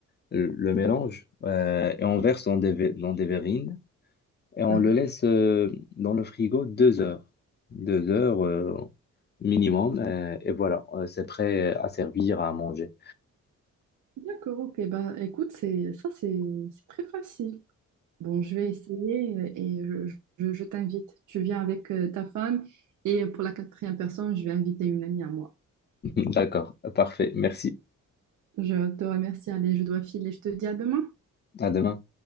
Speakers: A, on the left; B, on the right.
A: le le mélange euh, et on verse dans des, ve- dans des verrines et on
B: d'accord.
A: le laisse euh, dans le frigo deux heures, deux heures euh, minimum euh, et voilà, euh, c'est prêt à servir, à manger.
B: D'accord, ok. Bah, écoute, c'est ça, c'est c'est très facile. Bon, je vais essayer euh, et je, je- je t'invite. Tu viens avec euh, ta femme et pour la quatrième personne, je vais inviter une amie à moi.
A: <laughs> D'accord, parfait, merci,
B: Je te remercie. Allez, je dois filer. Je te dis à demain.
A: à demain.